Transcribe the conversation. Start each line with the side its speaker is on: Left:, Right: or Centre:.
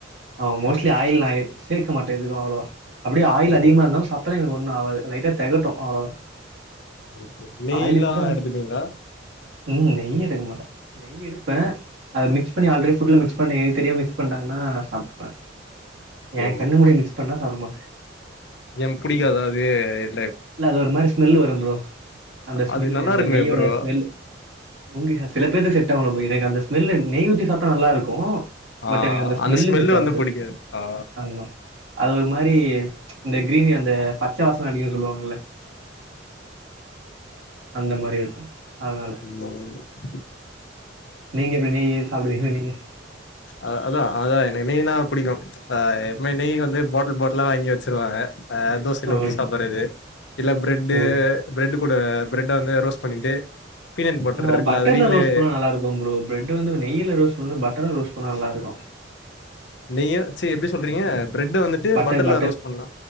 Right: ஆமா மோஸ்ட்லி ஆயில் நா எ சேக்க மாட்டே எதுக்கு அவ்ளவா அப்டியே ஆயில்
Left: ஓ
Right: அதிகமா இருந்தாலு சாப்டாலே எனக்கு ஒன் னு ஆவாது லைட்டா தெகட்டு அவ்ளோதா
Left: ஓகே நெய்லா
Right: ஆய்லி ஃபுட்
Left: எடுத்துப்பீங்களா
Right: ம் நெய் எடுக்க மாட்டே நெய் எடுப் ப அத மிக்ஸ் பண்ணி ஆல்ரெடி ஃபுட்ல மிக்ஸ் பண்ணி தெரியாம மிக்ஸ் பண்ட்டாங்கனா சாப்டுப்ப எ
Left: ஓ
Right: கண்ணு முன்னாடி மிக்ஸ் பண்ணா சாப்ட மாட்
Left: ஏ புடிக்காதா அது
Right: இல்ல அது ஒரு மாரி ஸ்மெல்லு வரும் ப்ரோ அந்த ஸ்மெல்லு
Left: அது நல்லா
Right: அந்த
Left: இருக்குமே
Right: நெய்யோட
Left: ப்ரோ
Right: ஸ்மெல் உங்க சில பேருக் செட் ஆவல ப்ரோ எனக்கு அந்த ஸ் மெல்லு நெய் ஊத்தி சாப்டா நல்லாருக்கு
Left: ஆ
Right: பட் எனக்கு அந்த ஸ்மெல்லு செட் ஆகாது
Left: வந்து புடிக்காது ஆ
Right: ஆமா அது ஒரு மாரி இந்த கிரீவீ அந்த பச்ச வாசன அடிக்குதுனு சொல்லுவாங்கல்ல அந்த மாரி இருக்கு அதனால
Left: உ
Right: நீங்க நெய் சாப்டுவிங்ளா நீங்க
Left: அ அதா அதா எனக்கு நெய்யினா புடிக்கு அ எப்பமே நெய் வந்து பாட்லு பாட்லா வாங்கி வச்சிருவாங்க அ தோசையில
Right: ஓகே
Left: ஊத்தி சாப்புர்றது இல்ல ப்ரெட்டு
Right: ஓகே
Left: ப்ரெட் கூட ப்ரட்ட வந்து ரோஸ்ட் பண்ணிட்டு பீனட் பட்டர்
Right: அ
Left: இருக்குல்ல
Right: பட்டர்ல
Left: அது வீட்லயே
Right: ரோஸ்ட் பண்ணா நல்லாருக்கு ப்ரோ ப்ரெட்டு வந்து நெய்யில ரோஸ்ட் ஒரு பட்டர்வ ரோஸ்ட் பண்ணா நல்லாருக்கு
Left: நெய்யு ச்சீ எப்டி சொல்றீங்க ப்ரெட்டு வந்துட்டு
Right: பட்டர்
Left: பட்டர்ல ரோஸ்ட் பண்லா